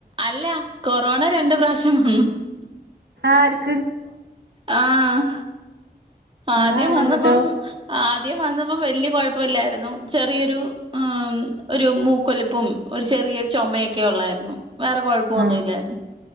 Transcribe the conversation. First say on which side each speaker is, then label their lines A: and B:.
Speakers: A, on the right; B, on the right.
A: അല്ല കൊറോണ രണ്ട് പ്രാവശ്യം വന്നു.
B: ആര്-
A: ആഹ് ആദ്യം
B: ആഹ്
A: വന്നപ്പം-
B: ഇങ്ങട്ടോ
A: ആദ്യം വന്നപ്പോ വല്യ- കുഴപ്പവില്ലായിരുന്നു ചെറിയൊരു- മ്മ് ഒരു മൂക്കൊലിപ്പും, ഒരു ചെറിയൊരു ചൊമയൊക്കെ- ഒള്ളായിരുന്നു വേറെ കൊഴ- പ്പൊന്നുല്ലാരുന്നു,
B: ആഹ്